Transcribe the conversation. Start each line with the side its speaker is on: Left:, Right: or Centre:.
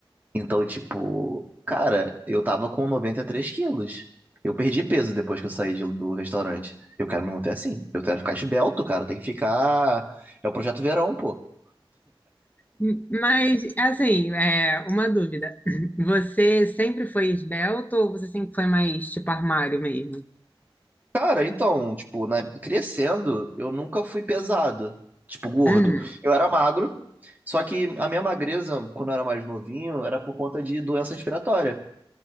Right: Então, tipo, cara, eu tava com 93 quilos. Eu perdi peso depois que eu saí de- do restaurante. Eu quero me manter assim. Eu quero ficar esbelto, cara. Tem que ficar. É o projeto verão, pô.
Left: M- Mas, assim, é uma dúvida. <laughs> Você sempre foi esbelto ou você sempre foi mais tipo armário mesmo?
Right: Cara, então, tipo, na- crescendo, eu nunca fui pesado. Tipo, gordo.
Left: Hum.
Right: Eu era magro, só que a minha magreza, quando eu era mais novinho, era por conta de doença respiratória.